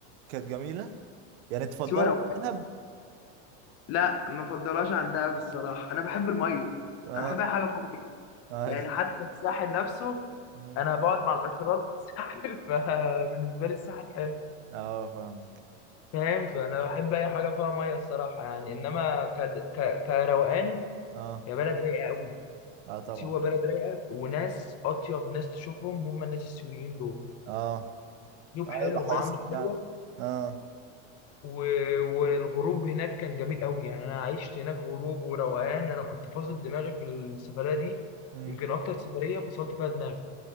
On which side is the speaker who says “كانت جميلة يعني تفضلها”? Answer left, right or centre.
Right